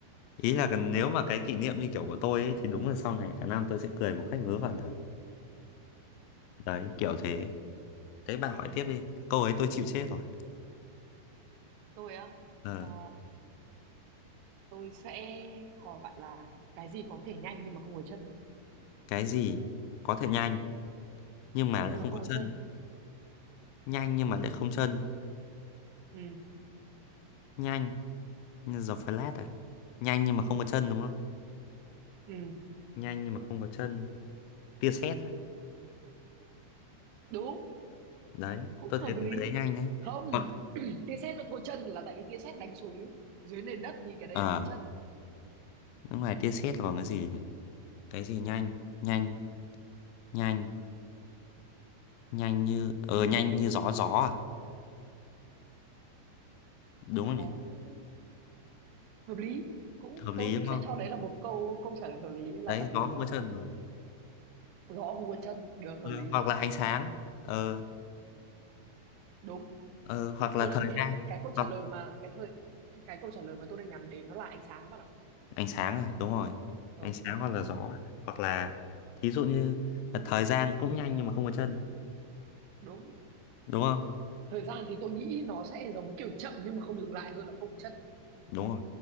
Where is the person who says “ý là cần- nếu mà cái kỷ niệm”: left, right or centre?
Left